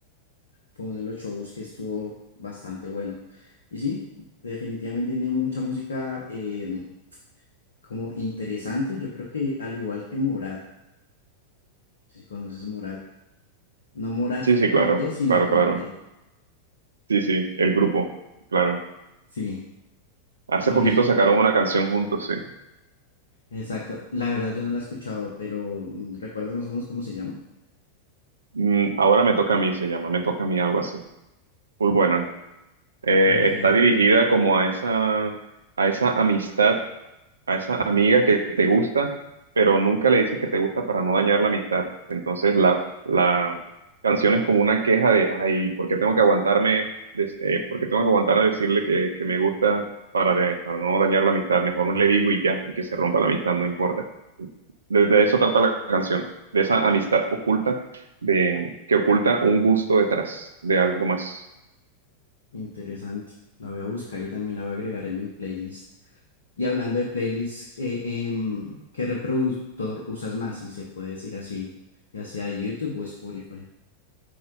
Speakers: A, on the left; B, on the right.
A: Fue uno de los shows que estuvo bastante bueno. Y sí, definitivamente tiene mucha música em, como interesante. Yo creo que al igual que Morat, si conoces Morat, no Morat
B: Sí, sí,
A: con
B: claro,
A: D, sino
B: claro,
A: con
B: claro.
A: T.
B: Sí, sí, el grupo, claro.
A: Sí,
B: Hace
A: también,
B: poquito sacaron una canción juntos, sí.
A: exacto. La verdad yo no la he escuchado, pero mm, ¿recuerdas más o menos cómo se llama?
B: Mm, ahora me toca a mí, se llama, me toca a mí algo así. Muy buena. eh,
A: Ok,
B: está dirigida como a esa, a esa amistad, a esa amiga que te gusta, pero nunca le dices que te gusta para no dañar la amistad. Entonces la, la canción es como una queja de, ay, ¿por qué tengo que aguantarme, des- eh, por qué tengo que aguantar a decirle que, que me gusta para, de- para no dañar la amistad? Mejor no le digo y ya, y que se rompa la amistad, no importa. De, de eso trata la canción, de esa amistad oculta, de, que oculta un gusto detrás de algo más.
A: interesante. La voy a buscar y también la voy a agregar en mi playlist. Y hablando de playlists, eh, em, ¿qué reproductor usas más? Si se puede decir así, ya sea YouTube o Spotify.